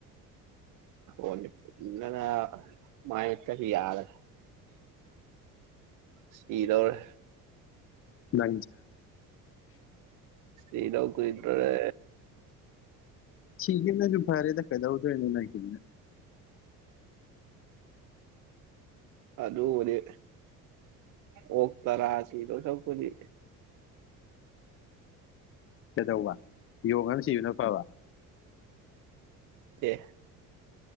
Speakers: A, on the right; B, on the left.
A: ꯎꯅꯤ ꯏꯅ ꯃꯥꯥꯏ ꯇꯗꯤ ꯌꯥꯔ ꯁꯤꯗꯧꯔꯦ
B: ꯃ
A: ꯂꯩꯗ ꯀꯣꯏꯗ꯭ꯔꯣꯔꯦ
B: ꯊꯦꯅꯁꯨ ꯐꯔꯦꯗ ꯀꯩꯗꯎꯗꯅꯅ ꯀ
A: ꯑꯗꯨ ꯍꯧꯗꯤ ꯑꯣ ꯇꯔꯁꯤꯗ ꯁ ꯀꯗꯤ
B: ꯀꯩꯗꯧꯕ ꯌꯣꯡꯉꯅ ꯁꯤꯌꯅ ꯐꯕ
A: ꯑꯦ